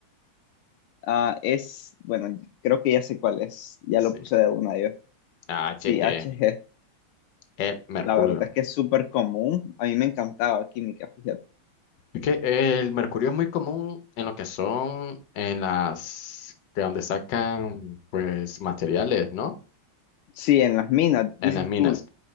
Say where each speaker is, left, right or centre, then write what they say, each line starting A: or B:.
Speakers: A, on the left (about 85°); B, on the left (about 60°).
A: Ah, es, bueno, creo que ya sé cuál es, ya
B: Sí,
A: lo puse de una yo.
B: AHG,
A: Sí, HG,
B: el mercurio.
A: la verdad es que es súper común, a mí me encantaba química, fíjate.
B: Es que el mercurio es muy común en lo que son en las que donde sacan pues materiales, ¿no?
A: Sí, en las minas, dices
B: En las minas.
A: tú,